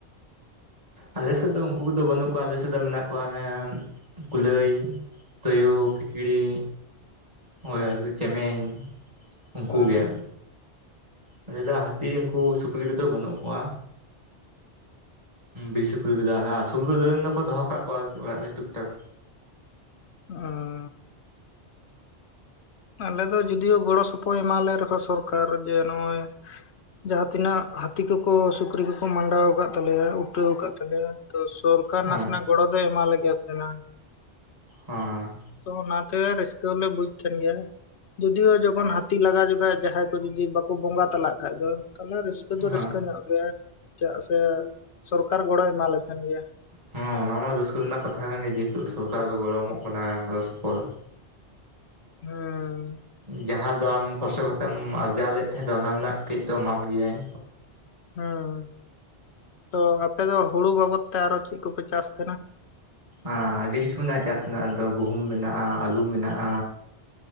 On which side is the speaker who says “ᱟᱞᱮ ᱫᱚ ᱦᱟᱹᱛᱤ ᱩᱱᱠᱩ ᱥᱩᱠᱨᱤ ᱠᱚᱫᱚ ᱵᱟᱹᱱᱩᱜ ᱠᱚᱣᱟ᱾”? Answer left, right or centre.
Right